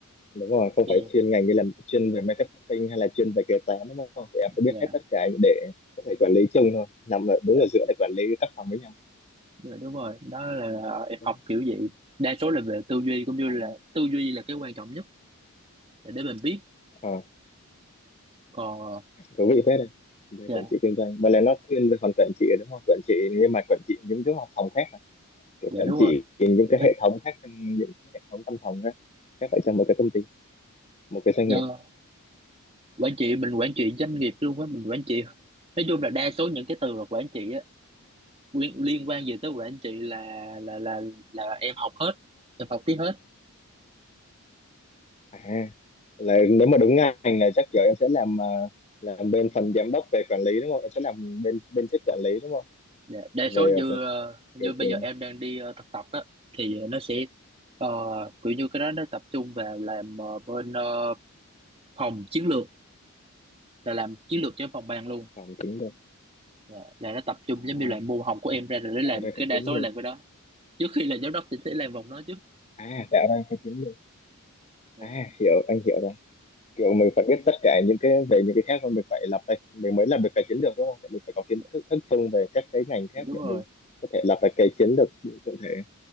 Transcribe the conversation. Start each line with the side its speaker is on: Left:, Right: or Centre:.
Left: đúng rồi không
Right: thì
Left: phải chuyên ngành như là chuyên về marketing hay là chuyên về kế toán đúng không thì em
Right: dạ
Left: phải biết hết tất cả để có thể quản lý chung thôi nằm ở,
Right: dạ
Left: đứng ở giữa để quản lý các phòng với nhau
Right: dạ, đúng rồi đó là ờ, em
Left: đúng
Right: học
Left: không?
Right: kiểu vậy
Left: Ừ.
Right: đa số là về tư duy cũng như
Left: à,
Right: là tư duy là cái quan trọng nhất để để mình biết
Left: ờ,
Right: còn ờ,
Left: thú vị phết đấy về
Right: dạ
Left: quản trị kinh doanh mà là nó thiên về phần quản trị đúng không quản trị nhưng mà quản trị những cái phòng khác à? kiểu
Right: dạ
Left: quản
Right: đúng
Left: trị
Right: rồi
Left: những
Right: Ờ,
Left: cái hệ thống khác trong những cái hệ thống văn phòng khác khác ở trong một cái công ty một cái doanh
Right: dạ
Left: nghiệp
Right: quản trị mình quản trị doanh nghiệp luôn á mình quản trị nói chung là đa số những cái từ mà quản trị á liên, liên quan gì tới quản trị là là là là em học hết em học tiếp hết
Left: à là nếu mà đúng ngành là chắc giờ em sẽ làm à, làm bên phần giám đốc về quản lý đúng không em sẽ làm bên bên chức quản lý đúng không
Right: Dạ, đa số
Left: về
Right: như
Left: ph-
Right: ờ, như
Left: kiểu
Right: bây
Left: trường
Right: giờ em đang đi ờ, thực tập á thì nó sẽ ờ, kiểu như cái đó nó tập trung vào làm ờ, bên ờ, phòng chiến lược là làm chiến lược cho phòng ban luôn
Left: phòng chính được
Right: Dạ, là nó tập trung
Left: à,
Right: giống như là môn học của em ra rồi để làm
Left: tạo ra
Right: cái
Left: cái
Right: đa
Left: chiến
Right: số
Left: được
Right: là làm cái đó trước khi là giám đốc thì sẽ làm vòng đó trước
Left: à tạo ra cái chiến được
Right: Dạ,
Left: à hiểu anh hiểu rồi kiểu mình phải biết tất cả những cái về những cái khác còn mình phải lập ra mình mới làm được cái chiến lược đúng không Tại mình phải có kiến
Right: dạ
Left: thức thức chung về các cái ngành khác
Right: dạ, đúng
Left: để
Right: rồi
Left: mình có thể lập ra cái chiến lược cụ thể